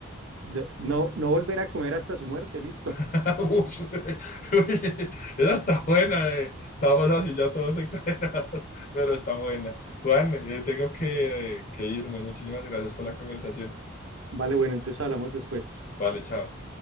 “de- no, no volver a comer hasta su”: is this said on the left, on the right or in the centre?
Right